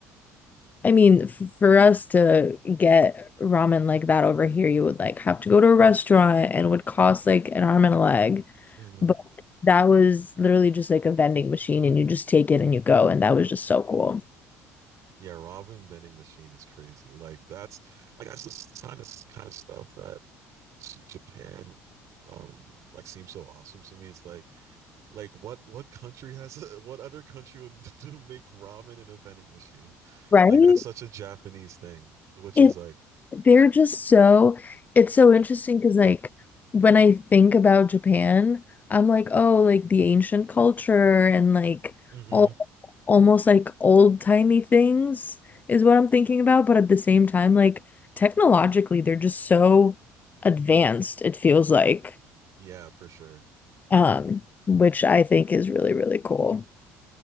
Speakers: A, on the left (about 25°); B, on the right (about 60°).
A: I mean, f- for us to get ramen like that over here, you would like have to go to a restaurant and would cost like an arm and a leg.
B: hmm
A: But that was literally just like a vending machine and you just take it and you go. And that was just so cool.
B: Yeah, ramen vending machine is crazy. Like that's like that's the kind of kind of stuff that Japan um like seems so awesome to me. It's like like what what country has <laughs> a, what other country would <laughs> do make ramen in a vending machine?
A: Right?
B: Like that's such a Japanese thing, which
A: It
B: is like
A: They're just so, it's so interesting because, like, when I think about Japan, I'm like, oh, like the ancient culture and like
B: mhm,
A: all almost like old timey things is what I'm thinking about. But at the same time, like, technologically, they're just so advanced, it feels like,
B: yeah, for sure.
A: um, which I think is really, really cool.